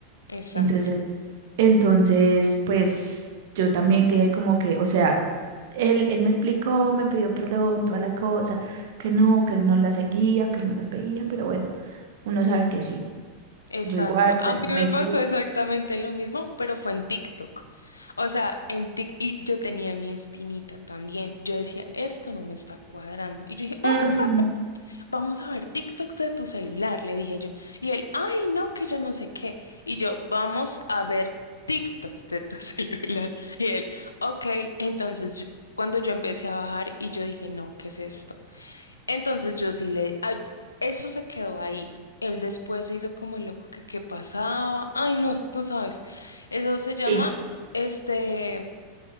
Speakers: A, on the left; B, on the right.
A: exacto,
B: Entonces, entonces, pues yo también quedé como que, o sea, él, él me explicó, me pidió perdón, toda la cosa, que no, que él no las seguía, que no las veía, pero bueno, uno sabe que sí.
A: exacto.
B: Yo igual,
A: A
B: pues
A: mí
B: me
A: me
B: hice
A: pasó
B: la...
A: exactamente lo mismo, pero fue en TikTok. O sea, en TikTok, y yo tenía mi espinita también. Yo decía, esto no me está cuadrando. Y yo dije, vamos
B: Ujú,
A: a, ver, vamos a ver TikToks de tu celular, le dije yo. Y él, ay, no, que yo no sé qué. Y yo, vamos a ver TikToks de tu <laughs> celular. Y él, ok, entonces yo- cuando yo empecé a bajar y yo dije, no, ¿qué es esto? Entonces yo sí le... ay, eso se quedó ahí. Él después se hizo como el loco que qué pasaba. Ay, no, tú sabes. Eso se llama,
B: Sí,
A: este,